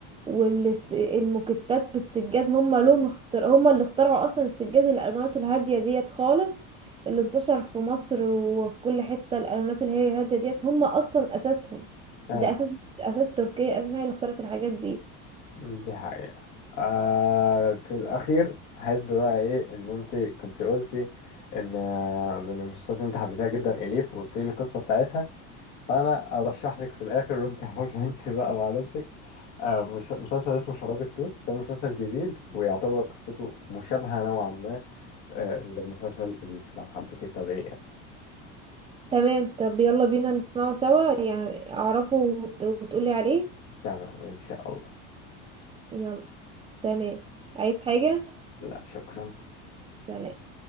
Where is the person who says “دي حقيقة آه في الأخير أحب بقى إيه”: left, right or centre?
Left